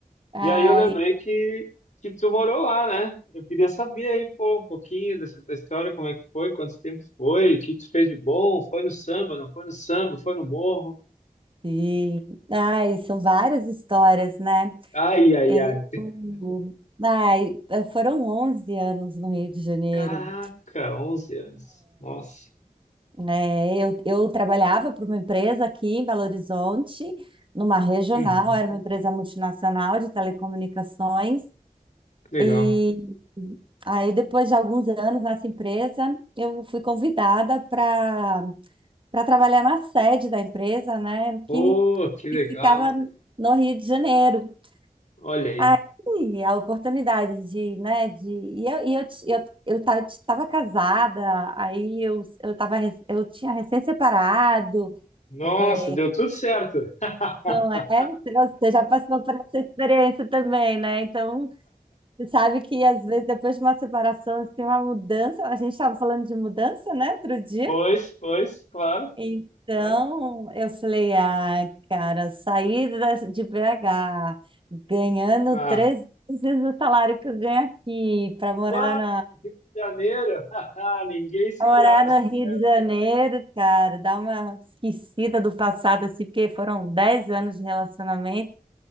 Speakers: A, on the right (about 35°); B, on the left (about 55°).
A: Ai,
B: E aí eu lembrei que, que tu morou lá, né? Eu queria saber aí, pô, um pouquinho dessa tua história, como é que foi, quanto tempo foi, o que tu fez de bom, foi no samba, não foi no samba, foi no morro.
A: sim. Ai, são várias histórias, né?
B: Ai, ai,
A: Eu,
B: ai.
A: ai, foram 11 anos no Rio de Janeiro.
B: Caraca, 11 anos. Nossa.
A: É, eu, eu trabalhava para uma empresa aqui em Belo Horizonte, numa regional,
B: Uhum,
A: era uma empresa multinacional de telecomunicações.
B: que legal.
A: E aí, depois de alguns anos nessa empresa, eu fui convidada para para trabalhar na sede da empresa, né, que,
B: Oh, que
A: que
B: legal.
A: ficava no Rio de Janeiro.
B: Olha aí.
A: Aí a oportunidade de, né, de e eu e eu t- eu, eu tava, tava casada, aí eu eu tava re- eu tinha recém-separado.
B: Nossa,
A: Eu falei,
B: deu tudo certo. <laughs>
A: não é? Você já passou por essa experiência também, né? Então, você sabe que às vezes depois de uma separação, assim, uma mudança, a gente estava falando de mudança, né, outro dia.
B: Pois, pois, claro,
A: Então,
B: claro.
A: eu falei, ah, cara, sair da- de BH ganhando
B: Bah,
A: três vezes o salário que eu ganho aqui para morar
B: bah,
A: na,
B: Rio de Janeiro. <laughs> Ninguém segurava
A: pra morar no
B: essa mulher.
A: Rio de Janeiro, cara, dar uma esquecida do passado, assim, porque foram 10 anos de relacionamento,